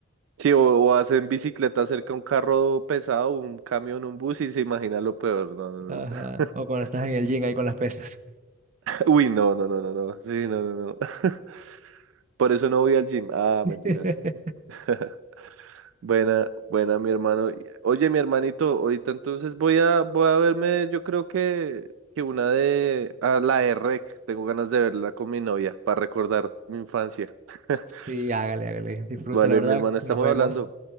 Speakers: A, on the right (about 85°); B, on the right (about 40°).
A: Sí, o, o hacen bicicleta cerca a un carro pesado, un camión, un bus y se imagina lo peor. No, no, no.
B: ajá.
A: <laughs>
B: O cuando estás en el gym ahí con las pesas.
A: Uy, no, no, no, no, no. Sí, no, no, no. <laughs> Por eso no voy al gym. Ah,
B: <laughs>
A: mentiras. <laughs> Buena, buena, mi hermano. Oye, mi hermanito, ahorita entonces voy a, voy a verme, yo creo que, que una de, a la de Rec, tengo ganas de verla con mi novia para recordar mi infancia. <laughs>
B: Sí, hágale, hágale. Disfrute,
A: Vale,
B: la verdad.
A: mi hermano, estamos
B: Nos vemos.
A: hablando.